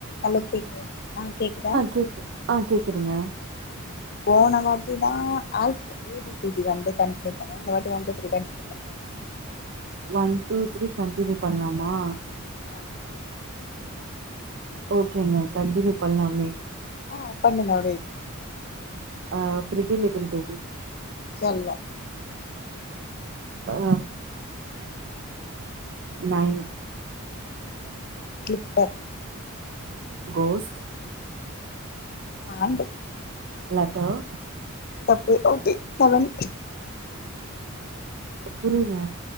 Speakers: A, on the left; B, on the right.
A: ஹலோ கேக்குது ஆ கேக்குதா
B: கேக்கு ஆ கேக்குதுங்க
A: போன வாட்டி தா all A B C D வந்து கண்டினியூ பண்ண இந்த வாட்டி ஒ டு த்ரி கண்டினியூ ப
B: ஒன் டூ த்ரீ கண்டினியூ பண்லாமா
A: ஆ
B: ஓகேங்க கண்டினியூ பண்லாமே
A: ஆ பண்ணுங்க அப்டியே
B: ஆ பிரீட்டில் லிட்டில் பேபி
A: செல்லே
B: ஆ nine
A: clipper
B: ghost
A: hunt
B: letter
A: தப்பு ஓகே செவன்
B: புரியல